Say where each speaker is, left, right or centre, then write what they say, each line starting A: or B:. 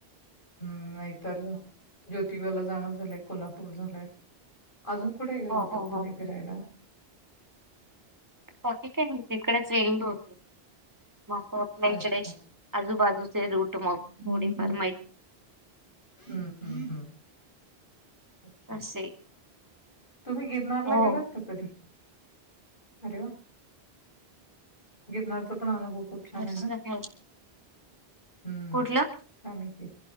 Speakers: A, on the left; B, on the right.
A: हुं नाहीतर ज्योतिबाला जाणं झालंय कोल्हापूर झालंय. अजून कुठे गेला
B: हो
A: होता
B: हो हो
A: तुम्ही फिरायला?
B: बाकी काय म्हणती इकडेच एंड होतय मग आपा आपाल्याकडे
A: अच्छा
B: हिकडे आजूबाजूचे रूट मग थोडीफार माहि
A: हुं हुं हुं अच्छा!
B: असे
A: तुम्ही गिरनारला
B: हो
A: गेलात का कधी? अरे वा! गिरणारचा पण अनुभव खूप छानयं
B: असं
A: नां
B: आहे.
A: हुं.
B: कुठलं
A: आणि की